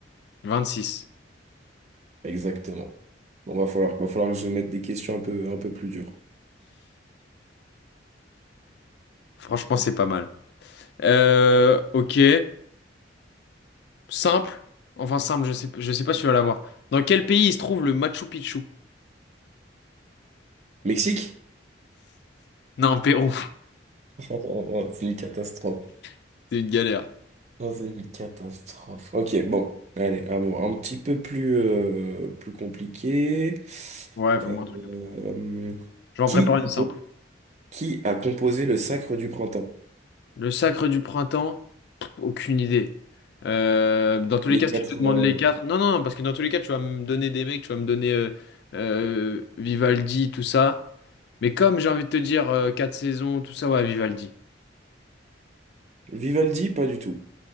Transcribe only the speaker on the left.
26.
Franchement, c'est pas mal. Euh, ok. Simple. Enfin, simple, je sais, je sais pas si tu vas l'avoir. Dans quel pays il se trouve le Machu Picchu?
Non, Pérou.
<laughs> C'est une galère.
Ouais, fais-moi
un truc.
Je vais en
préparer une
simple.
Le sacre du printemps? Pff, Aucune idée. Euh, dans tous
les cas,
si tu te demandes
les quatre. Non, non, non, parce que dans tous les cas, tu vas me donner des mecs, tu vas me donner euh, euh, Vivaldi, tout ça. Mais comme j'ai envie de te dire euh, quatre saisons, tout ça, ouais, Vivaldi.